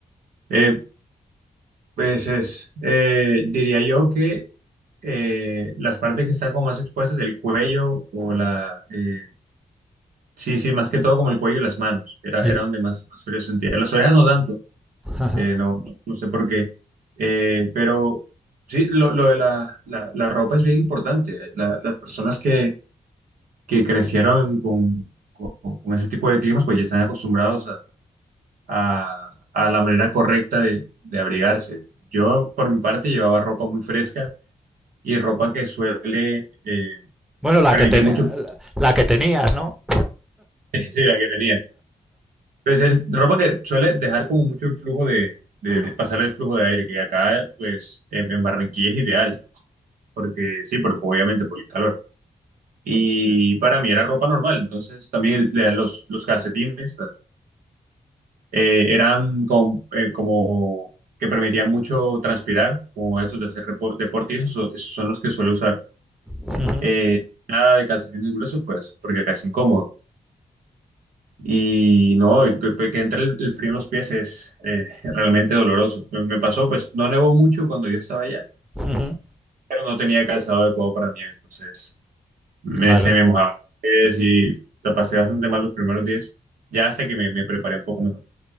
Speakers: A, on the right; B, in the centre.
A: Eh, pues es, eh, diría yo que eh, las partes que están como más expuestas, el cuello o la... eh, sí, sí, más que todo como el cuello y las manos. Era,
B: El,
A: era donde más, más frío sentía. Las orejas no tanto.
B: ajá.
A: Eh, no, no no sé por qué. Eh, pero sí, lo, lo de la, la- la ropa es bien importante. La- las personas que, que crecieron con, con- con ese tipo de climas, pues ya están acostumbrados a, a- a la manera correcta de, de abrigarse. Yo, por mi parte, llevaba ropa muy fresca y ropa que suele eh,
B: Bueno, la
A: permitir
B: que, ten,
A: mucho
B: la,
A: flujo.
B: la que tenías, ¿no?
A: <laughs> Sí, la que tenía. Pues es ropa que suele dejar como mucho el flujo de, de pasar el flujo de aire, que acá, pues, en en Barranquilla es ideal porque sí, por- obviamente por el calor. Y para mí era ropa normal, entonces también le- los, los calcetines eh, eran com- eh, como que permitían mucho transpirar, como esos de hacer repo- deporte, y esos, son esos son los que suelo usar.
B: Uh -huh,
A: Eh, nada de calcetines gruesos, pues, porque acá es incómodo. Y no, que, que- que entre el, el frío en los pies es eh, <laughs> realmente doloroso. Me, me pasó, pues, no nevó mucho cuando yo estaba allá,
B: uh -huh,
A: pero no tenía calzado adecuado para nieve, entonces. Me,
B: claro.
A: se me mojaba el pies y la pasé bastante mal los primeros días. Ya hasta que me, me preparé un poco mejor.